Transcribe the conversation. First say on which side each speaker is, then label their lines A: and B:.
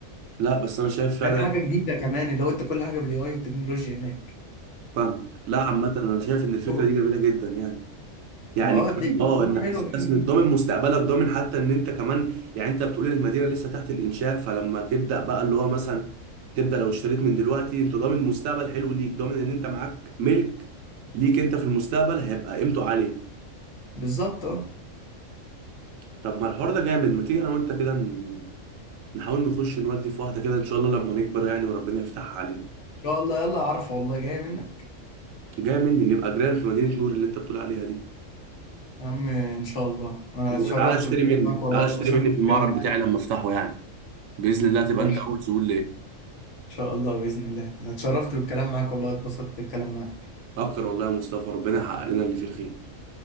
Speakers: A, on the right; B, on the left.
A: لا بس انا شايف فعلا
B: فاهم حاجه جديده كمان اللي هو انت كل حاجه بالاي اي والتكنولوجيا هناك
A: فاهمك لا عامة انا شايف ان الفكرة
B: تجربة.
A: دي جميلة جدا يعني يعني
B: ما اه
A: كمان
B: دي تجربه
A: اه انك
B: حلوه
A: تستثمر
B: حاجه جديده
A: ضامن مستقبلك ضامن حتى ان انت كمان يعني انت بتقول المدينه لسه تحت الانشاء فلما تبدا بقى اللي هو مثلا تبدا لو اشتريت من دلوقتي انت ضامن مستقبل حلو ليك ضامن ان انت معاك ملك ليك انت في المستقبل هيبقى قيمته عاليه
B: بالظبط اه ان
A: طب ما الحوار ده جامد ما تيجي انا وانت كده ن- نحاول نخش نودي في واحده كده ان شاء الله لما نكبر يعني وربنا يفتحها علينا
B: شاء الله يلا عارفه والله جاي منك
A: جاي مني نبقى جيران في مدينه نور اللي انت بتقول عليها دي
B: يا عم ان شاء الله انا
A: وتعالى
B: اتشرفت
A: اشتري
B: بالكلام
A: مني
B: معاك والله
A: تعالى
B: واتبسطت
A: اشتري مني في المعرض
B: بالكلام معاك
A: بتاعي لما افتحه يعني باذن الله تبقى
B: ماشي
A: انت اول زبون ليه
B: شاء الله بإذن الله أنا اتشرفت بالكلام معاك والله اتبسطت بالكلام معاك
A: اكتر والله يا مصطفى ربنا يحقق لنا اللي فيه الخير